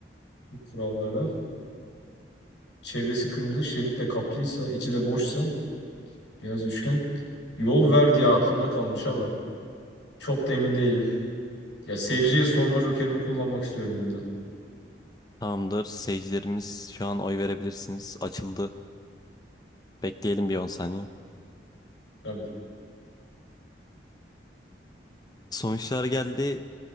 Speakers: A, on the left; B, on the left.
A: kurallara. Çevresi kırmızı şeritle kaplıysa, içi de boşsa, beyaz üçgen. Yol ver diye aklımda kalmış ama çok da emin değilim. Ya seyirciye sorma jokerimi kullanmak istiyorum burada.
B: Tamamdır. Seyircilerimiz şu an oy verebilirsiniz. Açıldı. Bekleyelim bir 10 saniye.
A: Tabii.
B: Sonuçlar geldi.